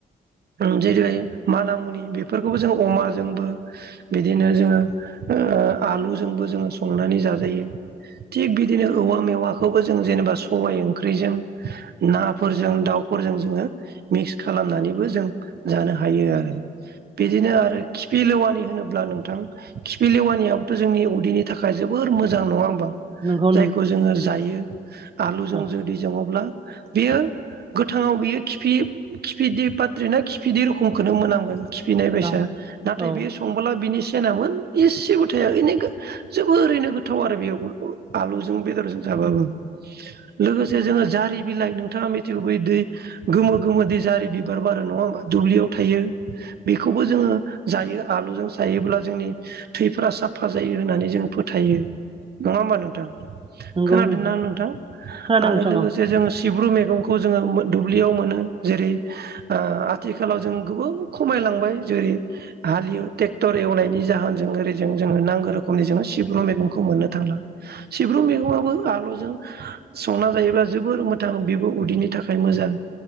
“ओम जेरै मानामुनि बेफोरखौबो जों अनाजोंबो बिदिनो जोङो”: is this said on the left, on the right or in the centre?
Right